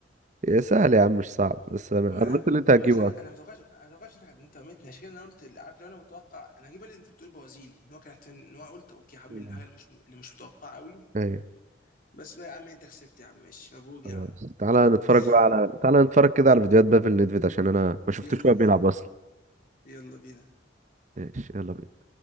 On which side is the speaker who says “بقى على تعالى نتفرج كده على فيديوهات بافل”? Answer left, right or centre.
Right